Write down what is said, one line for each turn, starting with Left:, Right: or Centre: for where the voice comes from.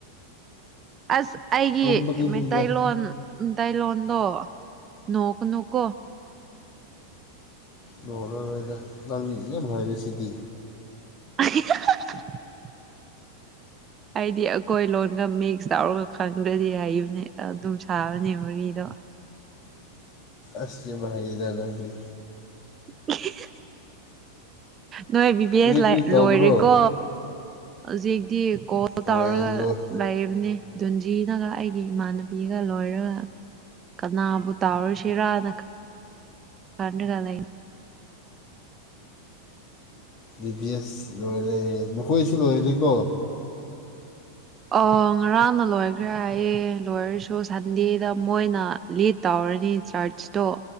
Right: ꯑꯁ ꯑꯩꯒꯤ
Left: ꯇꯨꯝꯕꯒꯤꯅꯤꯗ
Right: ꯃꯩꯇꯩꯂꯣꯟ ꯃꯩꯇꯩꯂꯣꯟꯗꯣ ꯅꯣꯛ ꯀꯅꯨ ꯀꯣ
Left: ꯅꯣꯛꯔꯔꯣꯏꯗ ꯅꯪ ꯌꯥꯝ ꯍꯥꯏꯔꯤꯁꯤꯗꯤ
Right: <unintelligible> <inaudible> ꯑꯩꯗꯤ ꯑꯩꯈꯣꯏ ꯂꯣꯟꯒ ꯃꯤꯛꯁ ꯇꯧꯔꯒ ꯈꯪꯗ꯭ꯔꯗꯤ ꯍꯥꯢꯕꯅꯦ ꯑꯗꯨꯝ ꯁꯥꯕꯅꯦ ꯋꯥꯔꯤꯗꯣ
Left: ꯑꯁ ꯌꯥꯝ ꯍꯩꯗ ꯅꯪꯗꯤ
Right: <unintelligible> <inaudible> ꯅꯣꯏ ꯕꯤꯕꯦꯁ
Left: ꯀꯔꯤ ꯀꯔꯤ ꯇꯧꯕ꯭ꯔꯣ
Right: ꯂꯣꯏꯔꯦꯀꯣ ꯍꯧꯖꯤꯛꯇꯤ ꯀꯣꯜ
Left: ꯍꯣꯏ
Right: ꯇꯧꯔꯒ
Left: ꯂꯣꯏ
Right: ꯂꯩꯔꯤꯕꯅꯦ ꯗꯨꯟꯖꯤꯅꯒ ꯑꯩꯒꯤ ꯏꯃꯥꯟꯅꯕꯤꯒ ꯂꯣꯏꯔꯒ ꯀꯅꯥꯕꯨ ꯇꯥꯎꯔꯨꯁꯤꯔꯅ ꯈꯟꯂꯒ ꯂꯩ
Left: ꯕꯤ ꯕꯤ ꯑꯦꯁ ꯂꯣꯏꯔꯦ ꯅꯈꯣꯏꯁꯨ ꯂꯣꯏꯔꯦꯀꯣ
Right: ꯑ ꯉꯔꯥꯡꯅ ꯂꯣꯏꯈ꯭ꯔꯦ ꯍꯥꯏꯌꯦꯦ ꯂꯣꯏꯔꯁꯨ ꯁꯟꯗꯦꯗ ꯃꯣꯏꯅ ꯂꯤꯠ ꯇꯧꯔꯅꯤ ꯆꯔꯆꯇꯣ